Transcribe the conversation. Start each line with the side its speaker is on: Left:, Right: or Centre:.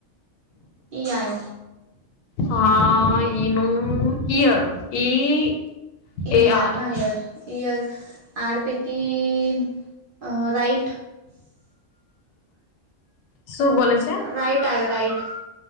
Right: ટી આયો.
Left: હા, ઈ, નું ઈયર ઈ. એ
Right: યાર,
Left: આર
Right: હા યાર, યાર, આર, પેટી. રાઈટ.
Left: શું બોલે છે?
Right: રાઈટ આવ્યો, રાઈટ.